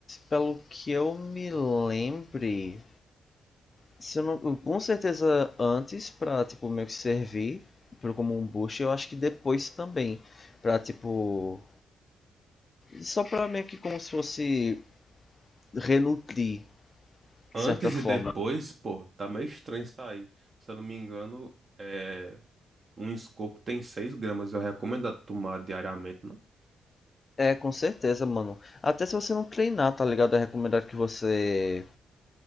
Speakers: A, on the left; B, on the right.
A: pelo que eu me lembre, se eu não, com certeza antes pra tipo meio que servir pro como um boost, eu acho que depois também pra tipo só pra meio que como se fosse renutrir
B: Antes
A: de certa forma.
B: e depois, pô, tá meio estranho isso aí. Se eu não me engano, é, um escopo tem 6 gramas. Eu recomendo tomar diariamente, não?
A: É, com certeza, mano. Até se você não treinar, tá ligado? É recomendado que você